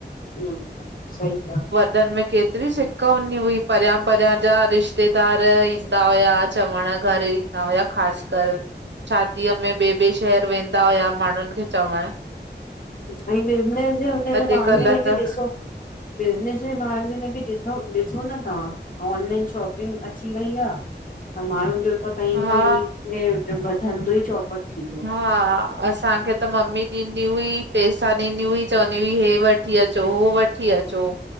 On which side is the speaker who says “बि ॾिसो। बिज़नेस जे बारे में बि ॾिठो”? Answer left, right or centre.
Left